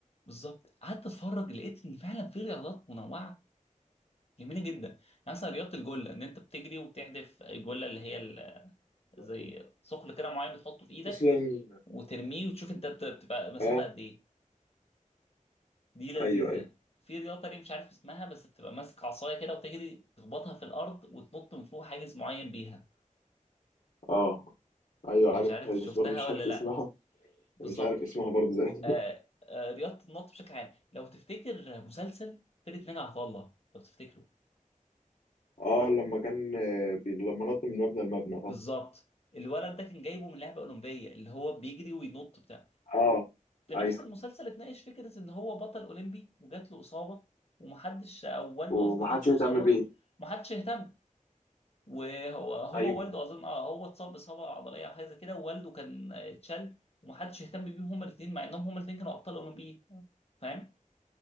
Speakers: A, on the left; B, on the left.
A: بالظبط قعدت اتفرج لقيت ان فعلا في رياضات منوعه جميله جدا يعني مثلا رياضه الجله ان انت بتجري وبتحدف الجله اللي هي ال-
B: طب
A: زي ثقل كده معين بتحطه في ايدك
B: أصلا
A: وترميه وتشوف انت بت- بتبقى مسافه
B: اه
A: قد ايه دي لذيذه
B: أيوه أيوه
A: في رياضه تانية مش عارف اسمها بس بتبقى ماسك عصايه كده وتجري تخبطها في الارض وتنط من فوق حاجز معين بيها
B: اه أيوه
A: يعني
B: عارف
A: مش عارف
B: هذه
A: شفتها
B: بس برضه مش
A: ولا
B: عارف
A: لا
B: اسمها <laughs>
A: بالظبط
B: مش عارف اسمها برضه زي
A: آه
B: <laughs>
A: آه رياضه النط بشكل عام لو تفتكر مسلسل فرقه ناجي عطا الله لو تفتكره
B: اه لما كان آه، بي... لما نط من مبنى لمبنى
A: بالظبط
B: اه
A: الولد ده كان جايبه من لعبه اولمبيه اللي هو بيجري وينط بتاع
B: اه
A: في نفس
B: أيوه
A: المسلسل اتناقش فكره ان هو بطل اولمبي وجات له اصابه ومحدش او والده
B: ومحدش
A: قصدي جات له
B: يهتم
A: اصابه
B: بيه
A: ومحدش اهتم وهو هو
B: أيوه
A: والده اظن اه هو اتصاب باصابه عضليه او حاجه زي كده ووالده كان اتشل ومحدش اهتم بيهم هما الاثنين مع انهم هما الاثنين كانوا ابطال اولمبيين فاهم